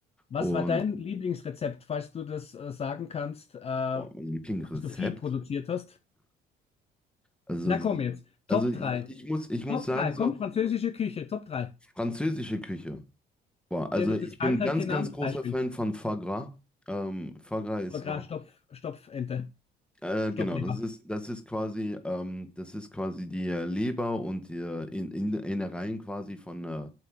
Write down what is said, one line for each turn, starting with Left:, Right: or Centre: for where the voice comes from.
Left: was
Centre: Und
Left: war dein Lieblingsrezept, falls du das äh, sagen kannst, äh, als
Centre: boah, mein Lieblingsrezept.
Left: du viel produziert hast?
Centre: Also,
Left: Na komm jetzt,
Centre: also
Left: Top
Centre: ich,
Left: 3.
Centre: ich muss, ich muss
Left: Top
Centre: sagen,
Left: 3.
Centre: so,
Left: komm, französische Küche, Top 3.
Centre: französische Küche. Boah, also
Left: Wie hat das
Centre: ich
Left: jetzt Frankreich
Centre: bin ganz,
Left: genannt?
Centre: ganz großer
Left: Beispiel.
Centre: Fan von Foie Gras. Ähm, Foie Gras ist
Left: Foie
Centre: so.
Left: Gras, Stopf, Stopfente,
Centre: Äh,
Left: Stopfleber.
Centre: genau, das ist, das ist quasi, ähm, das ist quasi die äh, Leber und die äh, in, in, Innereien quasi von, äh,